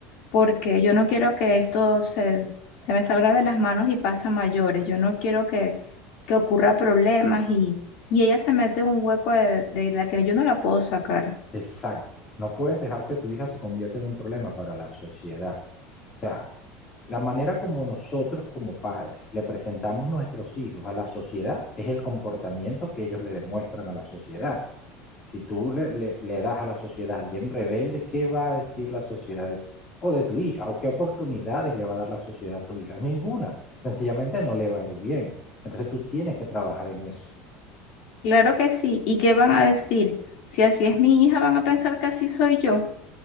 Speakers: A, on the left; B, on the left.
A: porque yo no quiero que esto se, se me salga de las manos y pase a mayores. Yo no quiero que, que ocurra problemas y, y ella se mete en un hueco de, de la que yo no la puedo sacar.
B: Exacto. No puedes dejar que tu hija se convierta en un problema para la sociedad. O sea, la manera como nosotros como padres le presentamos nuestros hijos a la sociedad es el comportamiento que ellos le demuestran a la sociedad. Si tú le, le- le das a la sociedad a alguien rebelde, ¿qué va a decir la sociedad de ti? O de tu hija, o qué oportunidades le va a dar la sociedad a tu hija. Ninguna. Sencillamente no le va a ir bien. Entonces tú tienes que trabajar en eso.
A: Claro que sí. ¿Y qué van a decir? Si así es mi hija, van a pensar que así soy yo.